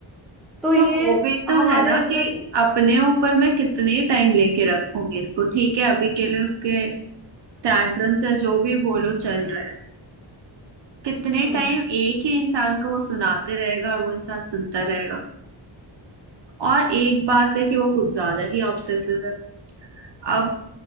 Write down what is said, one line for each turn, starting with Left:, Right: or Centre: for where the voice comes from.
Centre: तो ये
Right: तो वो भी तो
Centre: हमारे
Right: है ना
Centre: अंदर
Right: कि
Centre: की-
Right: अपने ऊपर मैं कितने टाइम लेके रखूंगी इसको ठीक है अभी के लिए उसके टैंट्रम से जो भी बोलो चल रहा है कितने
Centre: हम्म
Right: टाइम एक ही इंसान को वो सुनाते रहेगा और वो इंसान सुनता रहेगा और एक बात है कि वो कुछ ज्यादा ही ऑब्सेसिव है अब